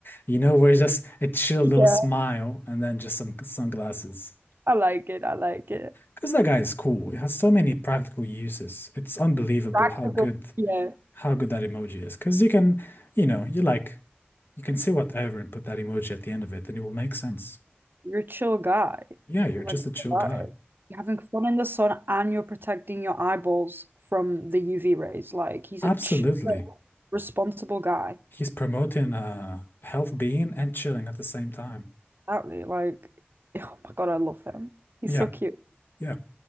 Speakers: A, on the left; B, on the right.
A: You know, where it's just a chill
B: yeah,
A: little smile and then just some sunglasses.
B: I like it. I like it.
A: Because that guy is cool. It has so many practical uses. It's unbelievable
B: Practical.
A: how good
B: Yeah.
A: how good that emoji is. Because you can, you know, you like you can say whatever and put that emoji at the end of it, and it will make sense.
B: You're a chill guy.
A: Yeah, you're
B: Like,
A: just a chill
B: what about
A: guy.
B: it? You're having fun in the sun and you're protecting your eyeballs from the UV rays. Like, he's
A: Absolutely.
B: a chill, responsible guy.
A: He's promoting uh health being and chilling at the same time.
B: Exactly. Like, <laughs> oh my God, I love him. He's
A: Yeah.
B: so cute.
A: Yeah.